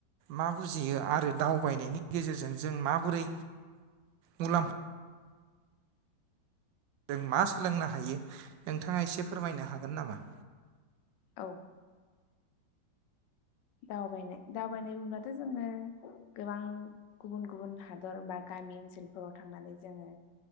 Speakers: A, on the right; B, on the left.
A: मा बुजियो आरो दावबायनायनि गेजेरजों जों माबोरै मुलाम जों मा सोलोंनो हायो नोंथाङा एसे फोरमायनो हागोन नामा?
B: औ। दावबायनाय दावबायनाय बुंब्लाथ' जोङो गोबां गुबुन गुबुन हादर बा गामि ओनसोलफोराव थांनानै जोङो